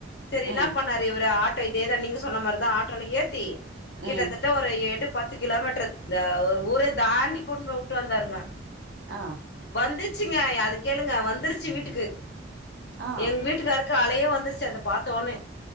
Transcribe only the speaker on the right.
ம்
ம்
ஆ
ஆ